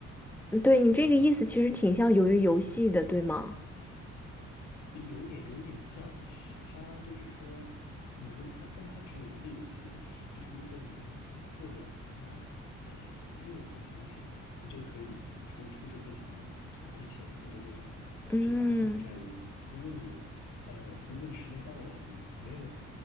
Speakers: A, in the centre; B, on the left.
A: 嗯对，你这个意思其实挺像鱿鱼游戏的，
B: 啊，
A: 对吗？
B: 有点有点像，它就是说你如它，但是它只有一个游戏，就是如果你获得呃六颗星星，你就可以出出这艘船，去拿着钱出这艘船，
A: 嗯，
B: 去还清你的债务。如果你呃，如果你时间到了，你没有